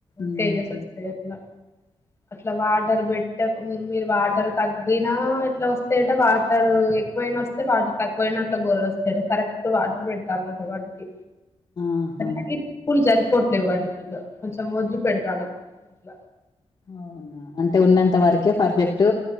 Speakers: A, on the left; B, on the left.
A: ఉహు
B: కేజెస్ వస్తాయి అట్లా అట్ల వాటర్ పెటక్ మీరు వాటర్ తగ్గినా ఇట్లా వస్తయట వాటర్ ఎక్కువైనా వస్తే వాటర్ తక్కువయినా అట్లె గోరెలు వస్తాట కరెక్ట్ వాటర్ పెట్టాలంట వాటికి
A: ఆహా
B: <unintelligible> జరి కొట్లే వాటికి ఇగ కొంచెం వదిలి పెడతానం ఇగ
A: అవునా అంటే ఉన్నంత వరకే ఫర్ఫెక్ట్